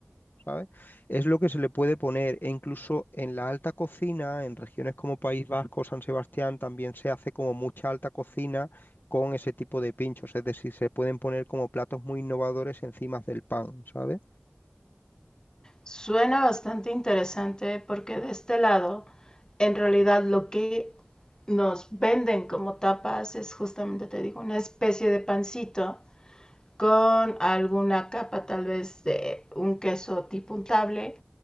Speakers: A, on the left; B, on the left.
A: ¿sabes? Es lo que se le puede poner e incluso en la alta cocina, en regiones como País Vasco, San Sebastián, también se hace como mucha alta cocina con ese tipo de pinchos, es decir, se pueden poner como platos muy innovadores encima del pan, ¿sabes?
B: Suena bastante interesante porque de este lado, en realidad lo que nos venden como tapas es justamente, te digo, una especie de pancito con alguna capa tal vez de un queso tipo untable